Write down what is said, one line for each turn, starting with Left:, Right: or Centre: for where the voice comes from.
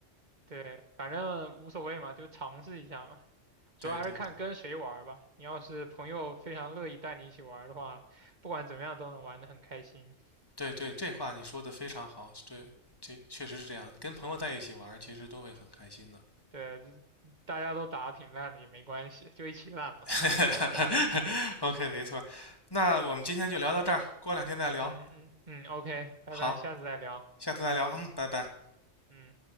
Right: 对，反正无所谓嘛，就尝试一下嘛。
Left: 对对对
Right: 主要还是看跟谁玩儿吧。你要是朋友非常乐意带你一起玩儿的话，不管怎么样都能玩得很开心。
Left: 对对，这话你说的非常好，对，这确实是这样。你跟朋友在一起玩，其实都会很开心的。
Right: 对，就大家都打得挺烂的也没关系，就一起烂嘛。
Left: <laughs>
Right: <laughs>
Left: OK，没错。那我们今天就聊到这儿，过两天再聊。
Right: 嗯嗯嗯，OK，拜拜，
Left: 好，
Right: 下次再聊。
Left: 下次再聊。嗯，拜拜。
Right: 嗯。